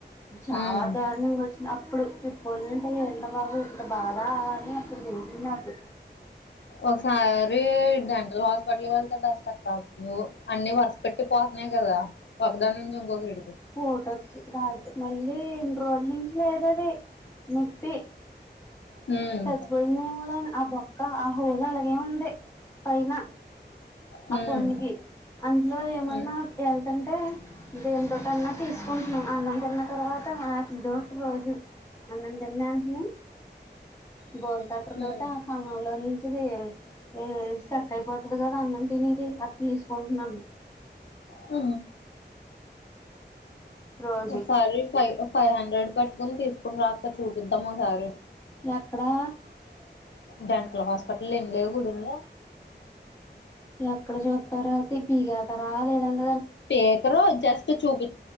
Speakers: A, on the left; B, on the left.
A: చాలా
B: ఉమ్
A: ధర్నంగోచ్ అప్పుడు ఇప్పలు వింటే ఎండ్రబాబు ఇక్క బాధ అని అప్పుడు తెలిసింది నాకు
B: ఒకసారి డెంటల్ హాస్పిటల్ వెళ్తే బెస్ట్ అక్క నువ్వు అన్ని వరుస పెట్టి పోతున్నాయి కదా ఒకదాని నుంచి ఇంకొకడి
A: ఓటోచ్చి రాదు మళ్ళీ ఎన్ని రోజులు నుంచి లేదు అది నొప్పి
B: హ్మ్
A: తగ్గిపోయిందేమో లే అని ఆ బొక్క ఆ హోలా అలాగే ఉంది పైన
B: హ్మ్
A: ఆ పొన్ను కి అందులో ఏమన్నా
B: హ్మ్
A: ఎ ఎంటే దేతోటన్న తీసుకుం అన్నం తిన్న తర్వాత డౌట్ రోజు అన్నం తినడానికి గోల్ కట్టర్
B: హ్మ్
A: తోటి కన్నం లోచి ది ఏంది స్ట్రక్ అయిపోతుంది కదా అన్న తినేది అతి తీసుకుంటున్నాను
B: అ
A: రోజు
B: సారి ఫ ఫైవ్ హండ్రెడ్ పట్టుకుని తీసుకుని రాక చూపిద్దాం ఓసారి
A: ఎక్కడా
B: డెంటల్ హాస్పిటల్ ఎన్ని లేవు గూడెంలో
A: ఎక్కడ చూస్తారా అయితే పిగతారా లేదంట
B: పేకరు జస్ట్ చూపి